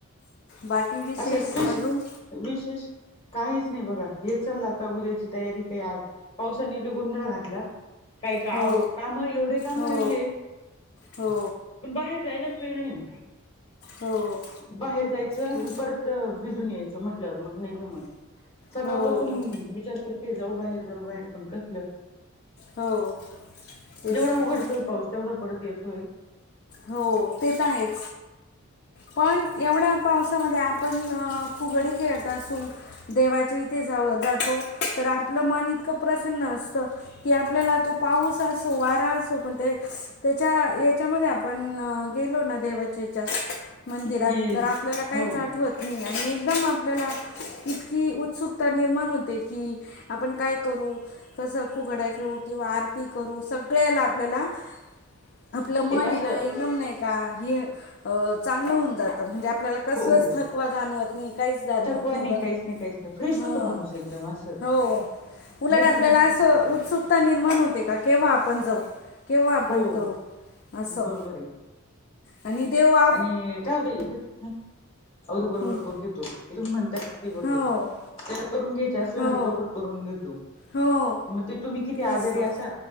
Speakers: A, on the left; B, on the left.
A: बाकी, विशेष
B: असं स्पेशल
A: अजून?
B: विशेष, काहीच नाही बघा. हे चाललं, आता उद्याची तयारीत आहे आज. पावसाने लई गोंधळ घातला, काही का
A: हो
B: कामं एवढे कामं
A: हो
B: राहिले,
A: हो
B: पण बाहेर जायलाच वेळ नाही.
A: हो.
B: बाहेर जायचं
A: हो
B: आणि परत भिजून यायचं, म्हटल्यावर मग नाही जमत. सकाळपासून
A: हो
B: विचार करते, जावू बाहेर. जावू बाहेर, पण कसलं?
A: हो. तेच
B: जेवढा उघडतोय
A: तर.
B: पाऊस, तेवढा परत येतोय.
A: हो ते तर आहेच. पण एवढ्या पावसामध्ये, आपण फुगडी खेळत असु, देवाच्या इथे जावं जातो. तर आपलं मन, इतकं प्रसन्न असतं. कि आपल्याला, तो पाऊस असो, वारा असो पण ते त्याच्या याच्यामध्ये आपण गेलो ना, देवाच्या याच्यात मंदिरात,
B: कि
A: तर आपल्याला काहीच
B: हो
A: आठवत नाही आणि एकदम आपल्याला इतकी उत्सुकता निर्माण होते की, आपण काय करू? कसं फुगड्या खेळू? किंवा आरती करू? सगळ्याला आपल्याला <unintelligible> आपलं मन
B: एक असं
A: आहे ना, एकदम नाही का हे चांगलं होऊन जातं. म्हणजे आपल्याला कसलाच
B: हो हो
A: थकवा जाणवत नाही, काहीच जाणवत
B: थकवा
A: नाही बघा.
B: काहीच नाही काहीच नाही फ्रेश
A: ह
B: होतो माणूस एकदम असं
A: हो. उलट
B: नाहीतर
A: आपल्याला
B: मग
A: असं उत्सुक ता निर्माण होते, का केव्हा आपण जावू? केव्हा आपण
B: हो
A: करू? असं.
B: बरोबर आहे
A: आणि देव आप
B: आणि काय हो ताई? हं? अवधूत बरोबर
A: हं.
B: कोण घेतो तुम्ही म्हणताय ना हे बरोबर
A: हो
B: आहे. त्याला करून घ्यायचं असलं
A: हो
B: ना, तो बरोबर करून देतो.
A: हो.
B: मग ते तुम्ही किती आजारी
A: तेच तर
B: असा,